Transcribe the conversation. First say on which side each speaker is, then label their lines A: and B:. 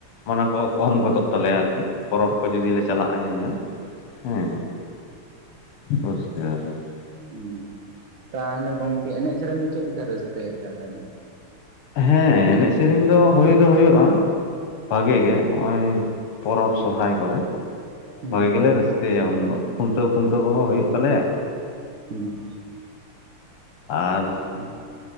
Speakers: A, on the left; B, on the right.
A: ᱢᱟᱱᱮ ᱠᱚ ᱠᱚᱢ ᱜᱚᱫᱚᱜ ᱛᱟᱞᱮᱭᱟ ᱟᱨᱠᱤ ᱯᱚᱨᱚᱵᱽ ᱠᱚ ᱡᱩᱫᱤ ᱞᱮ ᱪᱟᱞᱟᱜ-ᱟ ᱧᱮᱧᱮᱞ ᱦᱩᱸ᱾ <unintelligible>
B: ᱩᱸ ᱛᱟᱦᱚᱞᱮ ᱜᱚᱝᱠᱮ ᱮᱱᱮᱡ ᱥᱮᱨᱮᱧ ᱫᱚ ᱪᱮᱫ ᱞᱮᱠᱟ ᱨᱟᱹᱥᱠᱟᱹ ᱭᱟᱯᱮ ᱟᱯᱮ ᱫᱚ?
A: ᱦᱮᱸ ᱮᱱᱮᱡ ᱥᱮᱨᱮᱧ ᱫᱚ ᱦᱩᱭ ᱫᱚ ᱦᱩᱭᱩᱜ-ᱟ ᱵᱷᱟᱜᱮ
B: ᱦᱩᱸ
A: ᱜᱮ ᱱᱚᱜ-ᱚᱭ ᱯᱚᱨᱚᱵᱽ ᱥᱚᱨᱦᱟᱭ ᱠᱚᱨᱮ
B: ᱦᱩᱸ
A: ᱵᱷᱟᱜᱤ ᱜᱮᱞᱮ ᱨᱟᱹᱥᱠᱟᱹᱭᱟ ᱩᱱᱫᱚ ᱠᱷᱩᱱᱴᱟᱹᱣ ᱠᱷᱩᱱᱴᱟᱹᱣ ᱠᱚᱦᱚᱸ ᱦᱩᱭᱩᱜ ᱛᱟᱞᱮᱭᱟ᱾
B: ᱦᱩᱸ᱾
A: ᱟᱨ
B: <unintelligible>